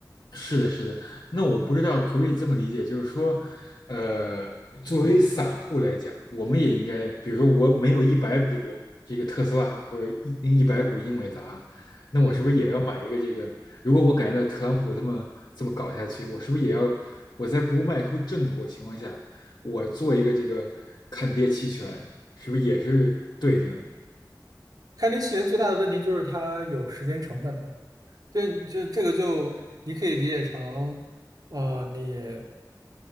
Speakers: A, on the left; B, on the right.
A: 是的，是的。那我不知道可不可以这么理解，就是说，呃，作为散户来讲，我们也应该，比如说我没有一百股这个特斯拉或者一一百股英伟达，那我是不是也要买一个这个？
B: 嗯，
A: 如果我感觉到特朗普这么这么搞下去，我是不是也要我在不卖出正果情况下，我做一个这个看跌期权，是不是也是对的呢？
B: 看跌期权最大的问题就是它有时间成本吧，这就这个就你可以理解成，呃，你。